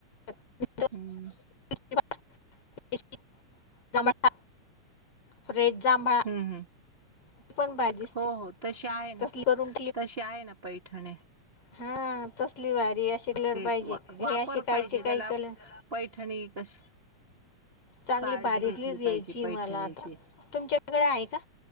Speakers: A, on the left (about 50°); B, on the right (about 50°).
A: <unintelligible>
B: ह,
A: <unintelligible> जांभळा फ्रेश जांभळा
B: अह,
A: ती पण भारी दिसते
B: हो हो तशी आहे ना,
A: तसली करून
B: तशी आहे ना पैठणे.
A: ह.. तसली भारी अशी कलर
B: तेच
A: पाहिजे
B: वा
A: हे
B: वापर
A: असे कायचे
B: पाहिजे त्याला
A: काही कलर
B: पैठणी कशी
A: चांगली
B: काळजी
A: भारीतलीच
B: घेतली
A: घ्यायची
B: पाहिजे पैठणीची.
A: मला आता तुमच्याकडे आहे का